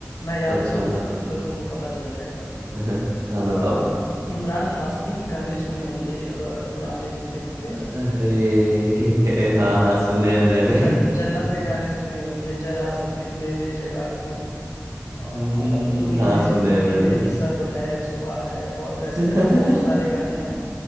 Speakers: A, on the left (about 75°); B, on the right (about 85°).
A: मैं याद
B: अच्छा
A: दिलाऊंगा तो तो तुमको पता चल जाएगा
B: <laughs> हाँ
A: आ,
B: बताओ
A: इमरान हाशमी के गाने सुने होंगे आ, पुराने जितने भी थे
B: अरे <laughs> हाँ हाँ सुने हैं मैंने
A: जन,
B: <laughs>
A: जन्नत के गाने सुने होंगे जरा से दिल में दे जगह तू अ, और
B: हम्म,
A: तू ही
B: हाँ
A: मेरी
B: सुने
A: तू
B: हैं
A: ही
B: मैंने
A: मेरी सब है सुबह है और ऐसे
B: <laughs>
A: करके बहुत सारे गाने हैं